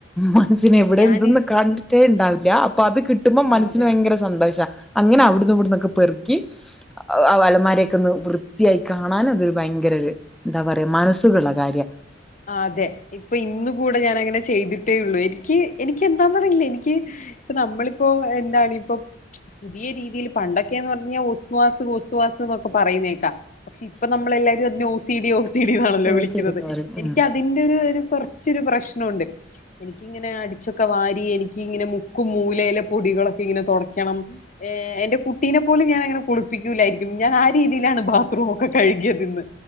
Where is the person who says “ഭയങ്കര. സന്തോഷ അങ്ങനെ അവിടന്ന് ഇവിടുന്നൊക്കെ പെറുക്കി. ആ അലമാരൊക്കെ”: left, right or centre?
Centre